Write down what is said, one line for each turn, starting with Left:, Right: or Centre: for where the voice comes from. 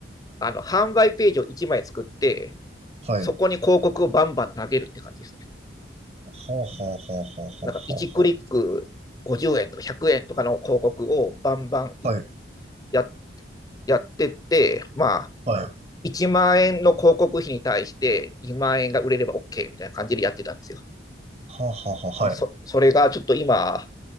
Left: あの、販売ページを1枚作って、
Right: はい。
Left: そこに広告をバンバン投げるって感じですね。
Right: はあはあはあはあはあは
Left: なんか1クリック50円とか100円とかの広告をバンバン
Right: あ。はい、
Left: ややってって、まあ、
Right: はい。
Left: 1万円の広告費に対して2万円が売れれば OK みたいな感じでやってたんですよ。
Right: はあはあはあ、
Left: そそれがちょっと今、
Right: はい。